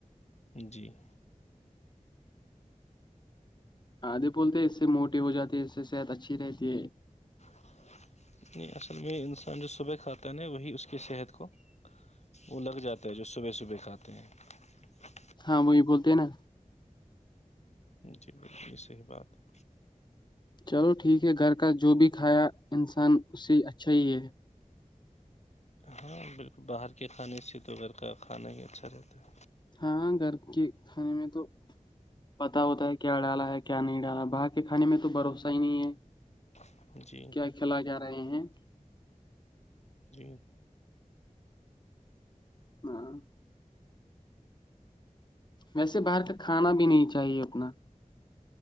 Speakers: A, on the left; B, on the left.
A: جی
B: آدھے بولتے ہیں اس سے موٹی ہو جاتی ہے اس سے صحت اچھی رہتی ہے
A: <inaudible>
B: ہاں وہی بولتے ہیں نا
A: جی ب صحیح بات ہے
B: چلو ٹھیک ہے گھر کا جو بھی کھایا انسان اس سے اچھا ہی ہے
A: ہاں بالکل باہر کے کھانے سے تو گھر کا کھانا ہی اچھا رہتا ہے
B: ہاں گھر کے کھانے میں تو پتا ہوتا ہے کیا ڈالا ہے کیا نہیں ڈالا باہر کے کھانے میں تو بھروسہ ہی نہیں ہے
A: ہے جی
B: کیا کھیلا جا رہے ہیں <inaudible>
A: جی
B: ہاں ویسے باہر کا کھانا بھی نہیں چاہیے اپنا